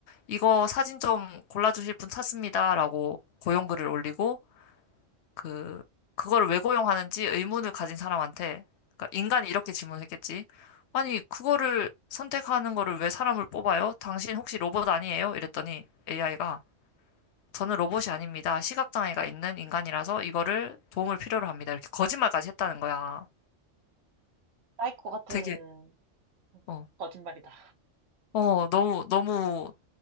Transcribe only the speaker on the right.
사이코 같은
거짓말이다.